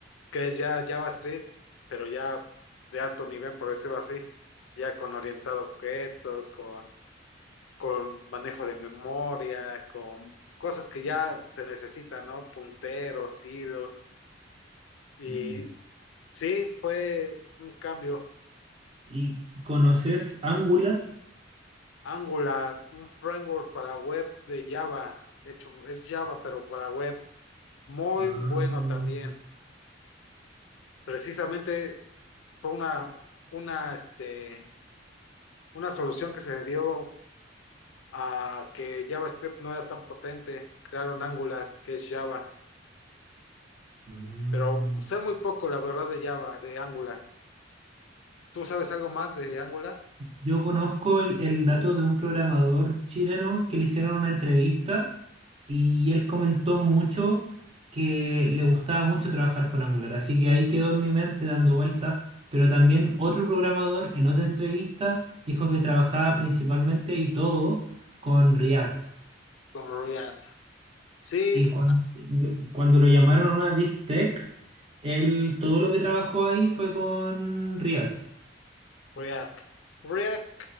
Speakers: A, on the left; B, on the right.
A: que es ya JavaScript, pero ya de alto nivel, por decirlo así, ya con orientado a objetos, con, con manejo de memoria, con cosas que ya se necesitan, ¿no? Punteros, hilos. Y
B: Mm.
A: sí, fue un cambio.
B: ¿Y conoces Angular?
A: Angular, un framework para web de Java. De hecho, es Java, pero para web. Muy
B: Ah,
A: bueno también. Precisamente fue una, una, este, una solución que se dio a que JavaScript no era tan potente. Crearon Angular, que es Java.
B: mm.
A: Pero sé muy poco, la verdad, de Java, de Angular. ¿Tú sabes algo más de Angular?
B: Yo conozco el, el dato de un programador chileno que le hicieron una entrevista y él comentó mucho que le gustaba mucho trabajar con Angular, así que ahí quedó en mi mente dando vuelta, pero también otro programador en otra entrevista dijo que trabajaba principalmente y todo con React.
A: Con React. Sí,
B: Y cuan- yo- cuando, lo llamaron a una Big Tech, él todo lo que trabajó ahí fue con React.
A: React. React